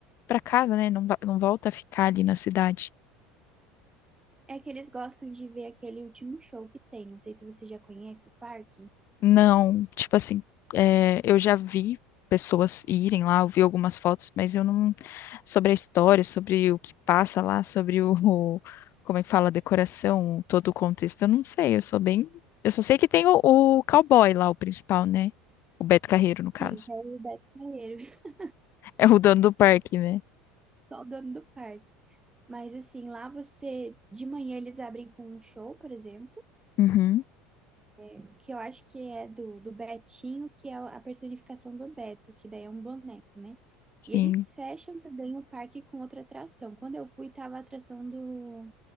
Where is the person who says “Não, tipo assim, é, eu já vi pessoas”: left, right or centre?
Left